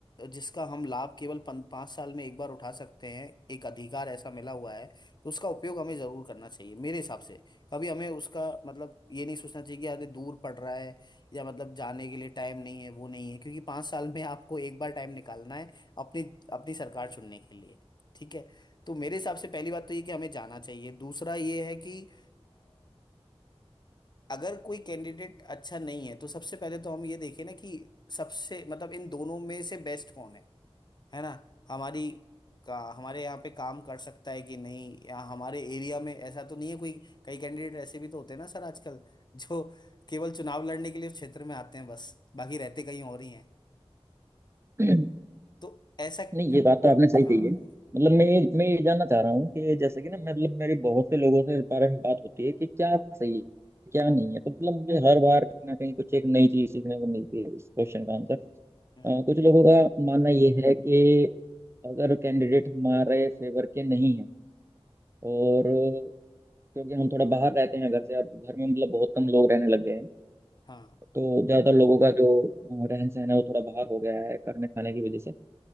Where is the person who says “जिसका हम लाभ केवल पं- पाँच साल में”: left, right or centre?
Left